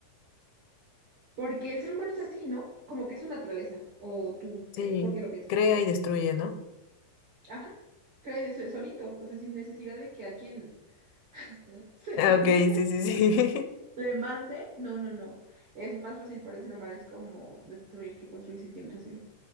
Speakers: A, on the right; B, on the left.
A: porque el ser humano es así, ¿no? Como que es su naturaleza, o tú,
B: Sí,
A: ¿qué? ¿Por qué lo piensas?
B: crea y destruye, ¿no?
A: Ajá, cree de so- solito, o sea, sin necesidad de que alguien <laughs> se
B: Ah,
A: lo diga.
B: Ok, sí, sí, sí. <laughs>
A: le mande, no, no, no. Es más fácil para el ser humano, es como destruir que construir, si tienes razón.